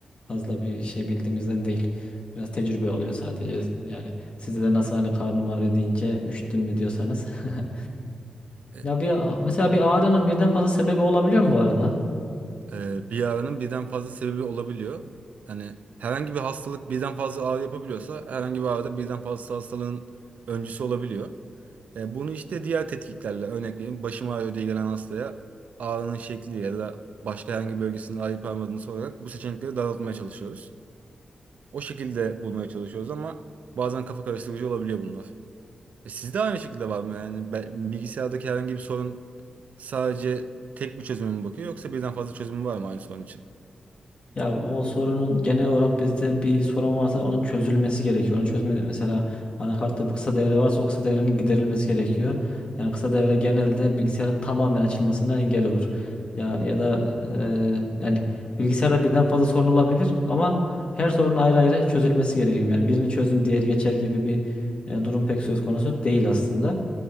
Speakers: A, on the left; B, on the right.
A: fazla bir şey bildiğimizden değil. Biraz tecrübe oluyor sadece yani sizde de nasıl hani karnım ağrıyor deyince üşüttün mü diyorsanız. <laughs>
B: E,
A: Ya bir mesela bir ağrının birden fazla sebebi olabiliyor mu bu arada?
B: Ee, bir ağrının birden fazla sebebi olabiliyor. Hani herhangi bir hastalık birden fazla ağrı yapabiliyorsa herhangi bir ağrıda birden fazla hastalığın öncüsü olabiliyor. Ee, bunu işte diğer tetkiklerle örnek vereyim. Başım ağrıyor diye gelen hastaya ağrının şekli ya da başka herhangi bir bölgesinin ağrıyıp ağrımadığını sorarak bu seçenekleri daraltmaya çalışıyoruz. O şekilde bulmaya çalışıyoruz ama bazen kafa karıştırıcı olabiliyor bunlar. E, sizde aynı şekilde var mı? Yani be- bilgisayardaki herhangi bir sorun sadece tek bir çözüme mi bakıyor yoksa birden fazla çözümü var mı aynı sorun için?
A: Ya o sorunun genel olarak bizde bir sorun varsa onun çözülmesi gerekiyor. Onu çözme mesela anakartta bir kısa devre varsa o kısa devrenin giderilmesi gerekiyor. Yani kısa devre genelde bilgisayarın tamamen açılmasına engel olur. Ya ya da e, yani bilgisayarda birden fazla sorun olabilir ama her sorunun ayrı ayrı çözülmesi gerekiyor. Yani birini çözdüm diğeri geçer gibi bir e, durum pek söz konusu değil aslında.